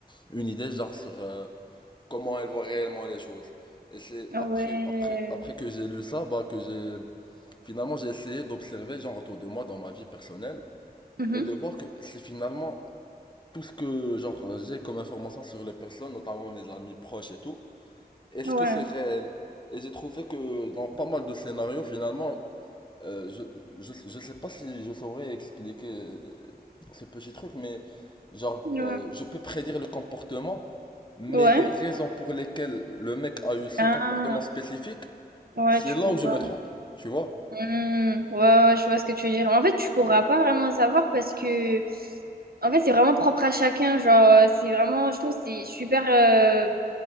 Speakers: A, on the left; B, on the right.
A: une idée, genre, sur euh, comment elle voit réellement les choses. Et c'est
B: ouais,
A: après, après, après que j'ai lu ça, bah, que j'ai, finalement, j'ai essayé d'observer, genre, autour de moi, dans ma vie personnelle,
B: Mhm.
A: et de voir que si finalement tout ce que genre j'ai comme information sur les personnes, notamment mes amis proches et tout, est-ce
B: ouais,
A: que c'est réel? Et j'ai trouvé que dans pas mal de scénarios, finalement, euh, je, je, je sais pas si je saurais expliquer euh, ce petit truc, mais genre,
B: ouais,
A: euh, je peux prédire le comportement, mais
B: ouais,
A: les raisons pour lesquelles le mec a eu ce
B: ah,
A: comportement spécifique,
B: ouais,
A: c'est
B: tu
A: là
B: peux
A: où
B: pas.
A: je me trompe, tu vois?
B: Hmm, ouais, ouais, je vois ce que tu veux dire. En fait, tu pourras pas vraiment savoir parce que En fait, c'est vraiment propre à chacun. Genre, euh, c'est vraiment, je trouve, que c'est super euh,